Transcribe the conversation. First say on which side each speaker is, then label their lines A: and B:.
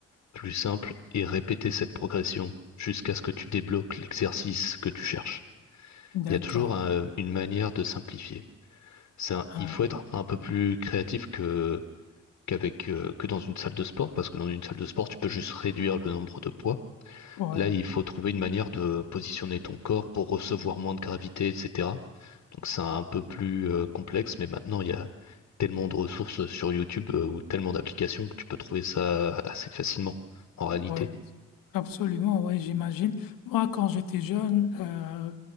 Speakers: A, on the left; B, on the left.
A: plus simple et répéter cette progression jusqu'à ce que tu débloques l'exercice que tu cherches.
B: d'accord.
A: Il y a toujours euh, une manière de simplifier. Ça,
B: Ah,
A: il faut être un peu plus créatif que, qu'avec, euh, que dans une salle de sport, parce que dans une salle de sport, tu peux juste réduire le nombre de poids.
B: ouais,
A: Là, il faut trouver une manière de positionner ton corps pour recevoir moins de gravité, etc. Donc c'est un peu plus euh, complexe, mais maintenant il y a tellement de ressources sur YouTube euh, ou tellement d'applications que tu peux trouver ça assez facilement en réalité.
B: ouais. Absolument, oui, j'imagine. Moi, quand j'étais jeune, euh,